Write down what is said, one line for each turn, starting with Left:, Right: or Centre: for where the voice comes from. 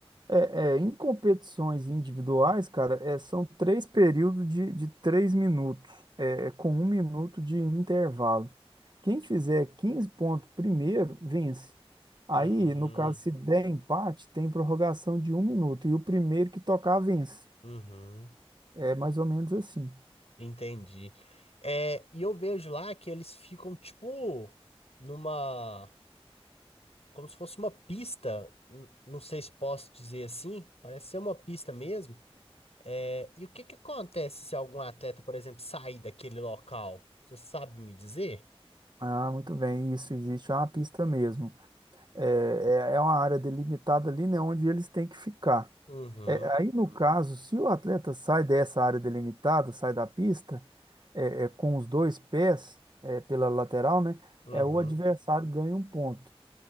Right: É, é, em competições individuais, cara, é, são três períodos de, de três minutos, é, é com um minuto de intervalo. Quem fizer 15 pontos primeiro, vence. Aí,
Left: Hum,
Right: no caso, se der empate, tem prorrogação de um minuto, e o primeiro que tocar, vence.
Left: uhum.
Right: É mais ou menos assim.
Left: Entendi. É, e eu vejo lá que eles ficam tipo numa, como se fosse uma pista, n- não sei se posso dizer assim, parece ser uma pista mesmo. É, e o que que acontece se algum atleta, por exemplo, sair daquele local? Você sabe me dizer?
Right: Ah, muito bem, isso existe, é uma pista mesmo. É, é, é uma área delimitada ali, né, onde eles têm que ficar.
Left: Uhum,
Right: Aí, no caso, se o atleta sai dessa área delimitada, sai da pista, é, é, com os dois pés, é, pela lateral, né,
Left: uhum.
Right: é, o adversário ganha um ponto.